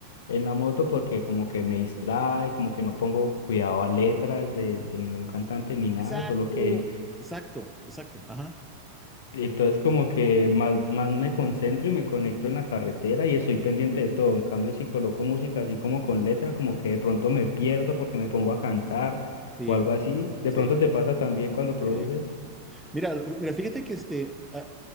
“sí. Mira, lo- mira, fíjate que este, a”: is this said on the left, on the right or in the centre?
Centre